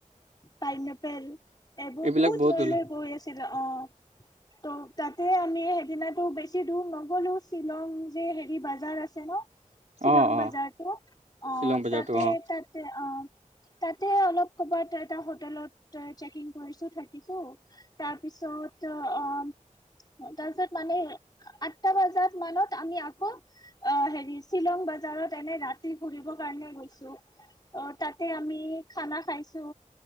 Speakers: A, on the left; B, on the right.
A: পাইনাপেল এইবোৰ
B: এইবিলাক
A: বহুত লৈ
B: ওলাই
A: লৈ গৈ আছে শিল অ ত' তাতে আমি সেইদিনাটো বেছি দূৰ নগলো শ্বিলং যে হেৰি বাজাৰ আছে ন শ্বিলং
B: অ অ
A: বজাৰতো অ
B: শ্বিলং বজাৰতো
A: তে
B: অ
A: তাততে অ তাতে অলপ কৰবাত এটা হোটেলত চেকিং কৰিছো থাকিছো তাৰপিছত অ তাৰপিছত মানে আঠটা বজাত মানত আমি আকৌ অ হেৰি শ্বিলং বজাৰত এনে ৰাতি ফুৰিব কাৰণে গৈ অ তাতে আমি খানা খাইছো